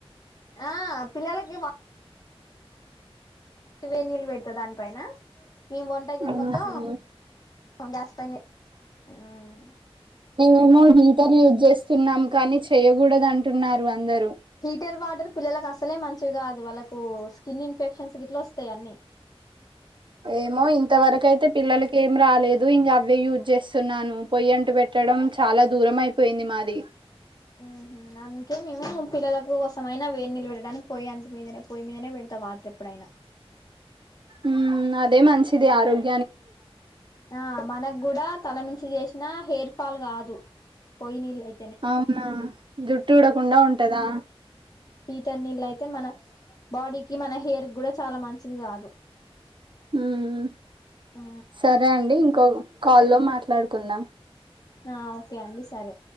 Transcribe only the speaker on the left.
ఆ పిల్లల కి వా వే నీళ్ళు పెడతా దానిపైన మేము వంట గా
మొత్తం గ్యాస్ పైనే ఉమ్.
హిటర్ వాటర్ పిల్లలకు అసలే మంచివి కాదు వాళ్ళకు స్కిన్ ఇన్ఫెక్షన్స్ గిట్ల వస్తాయి అన్నీ.
ఉహు అందుకే మేము పిల్లల కోసమైనా వేడి నీళ్లు పెట్టడానికి పోయి అంటు మీదనే పోయి మీదనే పెడతా వాటర్ ఎప్పుడైనా
ఆ మనకు గూ కూడా తలమించి చేసిన హెయిర్ ఫాల్ కాదు పోయి నీళ్ళు అయి
చన్నీలైయితే మన బాడీకి మన హెయిర్ కూడా చాలా మంచిది కాదు
ఉ
ఆ ఓకే అండి సరే